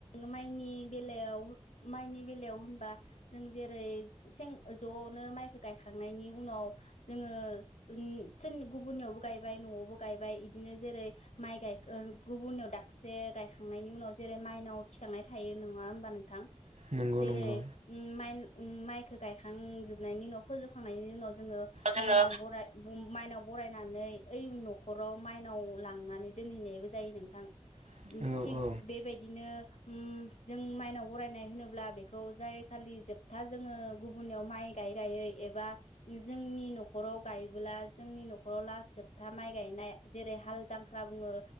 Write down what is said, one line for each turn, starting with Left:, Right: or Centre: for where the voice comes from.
Left: माइनि बेलायाव माइनि बेलायाव होनबा जों जेरै सें ज'नो माइखौ गायखांनायनि उनाव जोङो गुबुननियाव गायबाय न'आवबो गायबाय। बिदिनो जेरै माइ गाय गुबुननियाव दाबसे गायखांनायनि उनाव जेरै माइनाव थिखांनाय थायो नङा होमबा नोंथां।
Right: नंगौ
Left: जेरै
Right: नंगौ
Left: माइ उम माइखौ गायखांजोबनायनि उनाव फोजोबखांनायनि उनाव जोङो
Right: जोङो
Left: माइनाव बराय माइनाव बराय नानै ओइ नखराव माइनाव लांनानै दोनहैनायबो जायो नोंथां।
Right: औ
Left: थिक
Right: औ
Left: बेबायदिनो उम जों माइनाव बरायनाय होनोब्ला बेखौ जाय खालि जोबथा जोङो गुबुननियाव माइ गायै गायै एबा जोंनि न'खराव गायोबोला जोंनि न'खर न'खराव लास जोबथा माइ गायनाय जेरै हाल जांख्रा बुङो